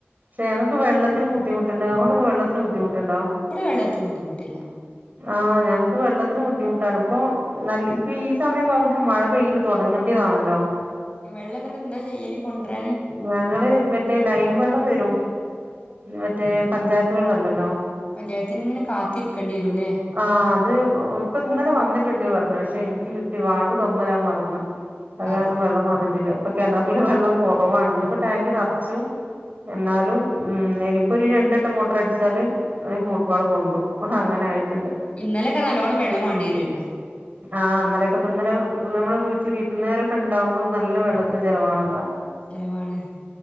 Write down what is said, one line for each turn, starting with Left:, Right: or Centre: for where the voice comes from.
Right: ചേലോൽക് വെള്ളത്തിനും ബുദ്ധിമുട്ടന്നേ അങ്ങോട്ടൊക്കെ വെള്ളത്തിന് ബുദ്ധിമുട്ട്ണ്ടോ
Left: ഭടെ വെള്ളതിന് ബുദ്ധിമുട്ടില്ല
Right: ആഹ് ഞങ്ങക്ക് വെള്ളത്തിന് ബുദ്ധിമു ട്ടൺപ്പൊ നൽ ഇപ്പീ സമയൊക്കെ ആകുമ്പോത്തിനനും മഴ പെയ്യല് തൊടങ്ങണ്ട്യേതാണല്ലോ
Left: വെള്ളംന്ന്ട്ട് എന്താ ചെയ്യല് കൊണ്ട്രാന്
Right: ഞങ്ങള് പറ്റേ ലൈൻ വള്ളം വരും മറ്റേ
Left: അതിനിങ്ങനെ
Right: പഞ്ചായത്ത് വെള്ളണ്ടല്ലോ
Left: പഞ്ചായത്തിന് ഇങ്ങനെ കാത്തിരിക്കേണ്ടി വരൂല്ലേ
Right: ആഹ് ത് ഇന്നലെ വന്നിട്ട്ണ്ട് പർണു ക്ഷെ ൻക്ക് കിട്ടി വാൾവ് തൊർന്ന്ടാൻ മറന്ന് അത്
Left: അത
Right: കാര്നം വെള്ളം വന്ന്ട്ടില്ല പ്പ കെണർല് വെള്ളം കൊറവാണ് ന്ന്പ്പോ ടാങ്കിനറച്ചു എന്നാലും ഉം എനിപ്പോര് രണ്ടെട്ടം മോട്രടിച്ചാല് ഫൂട്ബാൾ പൊന്തും ഹൊഹ അങ്ങനായിറ്റ്ണ്ട്
Left: ഇന്നലെക്കെ നല്ലോണം വെള്ളം വാണ്ട്യേര്യുല്ലോ
Right: ആഹ് ന്നലക്കെപന്നലെ ഞമ്മള് വീട്ട്ല് വീര്ന്നേരൊക്കെണ്ടാവുമ്പളും നല്ല വെള്ളത്തിന് ചെലവാണല്ലോ
Left: ചെലവാണ്